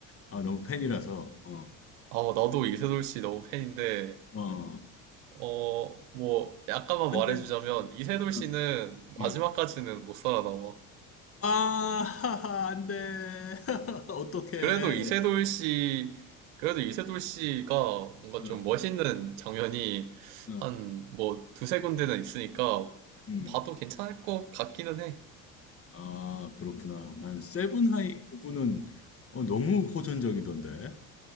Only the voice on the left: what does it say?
아, 너무 팬이라서, 어,
어,
안
돼.
어,
응.
아, 하하, 안 돼. <laughs> 어떡해.
응,
응,
응.
아, 그렇구나. 난 세븐하이 그분은, 어, 너무 호전적이던데.